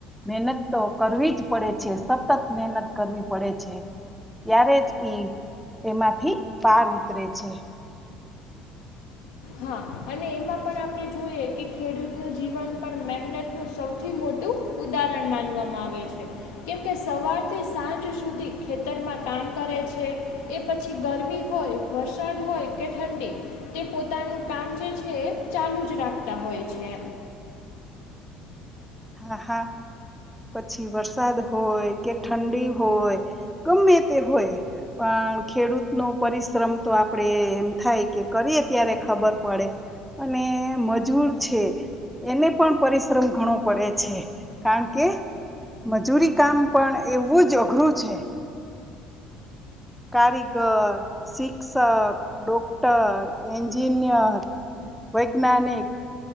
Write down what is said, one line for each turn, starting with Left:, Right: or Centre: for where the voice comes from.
Centre: મહેનત તો કરવી જ પડે છે સતત મહેનત કરવી પડે છે. ત્યારેજ તેમાંથી પાર ઉતરે છે.
Left: હા અને એમાં પણ આપણે જોઈએ કે ખેડૂત ન જીવન પણ મહેનત નું સૌથી મોટું ઉદાહરણ માનવામાં આવે છે. કેમ કે સવારથી સાંજ સુધી ખેતરમાં કામ કરે છે. એ પછી ગરમી હોય વરસાદ હોય કે ઠંડી તે પોતે પોતાનું કામ જે છે એ ચાલુ જ રાખતા હોય છે.
Centre: હા હા પછી વરસાદ હોય કે ઠંડી હોય કમે તે હોય. પણ ખેડૂત નો પરિશ્રમ તો આપડે એમ થાય કે કરીએ ત્યારે ખબર પડે. અને મજૂર છે. એને પણ પરિશ્રમ ઘણો- પડે છે કારણ કે મજૂરી કામ પણ એવું જ અઘરું છે કારીગર શિક્ષક ડોક્ટર એન્જિનિય વૈજ્ઞાનિક